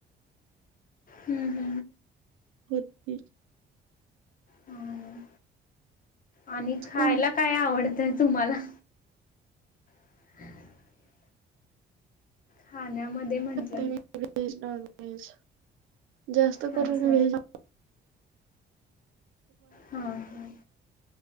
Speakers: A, on the left; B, on the right.
A: हम् हम्
B: होे
A: हम्म. आणि
B: स्कूल
A: खायला काय आवडतंय तुम्हाला ह् खाण्यामध्ये म्हंटलं
B: ते व्हेज नॉन वहेज जास्त
A: अच्छा
B: करून वज
A: हा ह